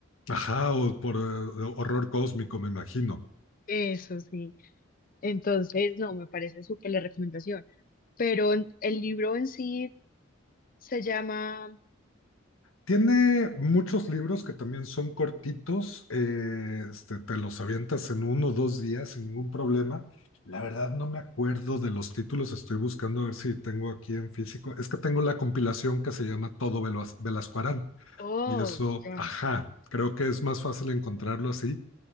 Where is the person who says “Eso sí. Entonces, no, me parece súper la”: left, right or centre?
Left